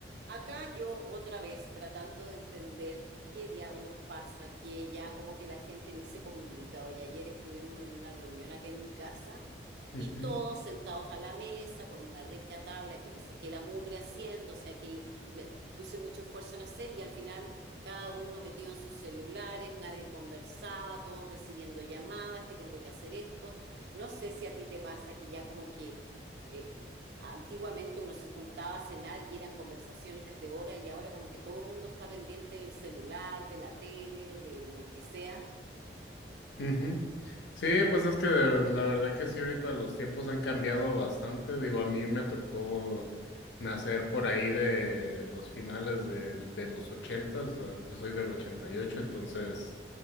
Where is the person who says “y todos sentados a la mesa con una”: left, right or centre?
Right